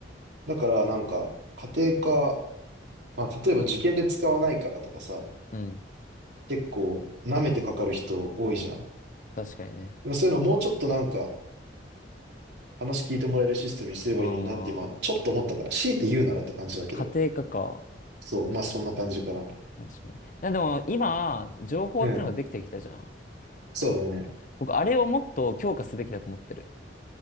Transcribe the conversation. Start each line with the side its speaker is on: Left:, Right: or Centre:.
Right: だからなんか、家庭科、まあ例えば受験で使わないからとかさ、
Left: うん。
Right: 結構舐めてかかる人多いじゃん。
Left: 確かにね。
Right: でもそういうのもうちょっとなんか話聞いてもらえるシステムにすればいいのになって今ちょっと思ったから、
Left: ああ、
Right: 強いて言うならって感じだけど。
Left: 家庭科か。
Right: そう、まあそんな感じかな。
Left: 確かに。いやでも今、情報ってのができてきたじゃん。
Right: うん。そうだね。
Left: 僕、あれをもっと強化すべきだと思ってる。